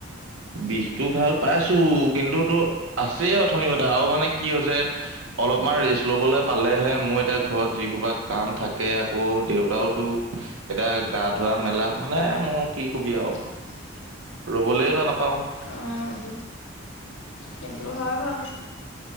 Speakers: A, on the right; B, on the left.
A: বিষটো ভাল পাইছো কিন্তু তো- আছে অথনি কঠা আৰু মানে কি হৈছে- অলপমান ৰেষ্ট লবলে পালেহে, মোৰ এতিয়া ঘৰত যিসোপা কাম থাকে আকৌ দেউতাও তো- এতিয়া গা ধোৱা মেলাত মানে মৌ কি কবি আও
B: <unintelligible>
A: ৰ'বলৈ না নাপাওঁ।
B: অ সেইটো সেইটো হয় বাও।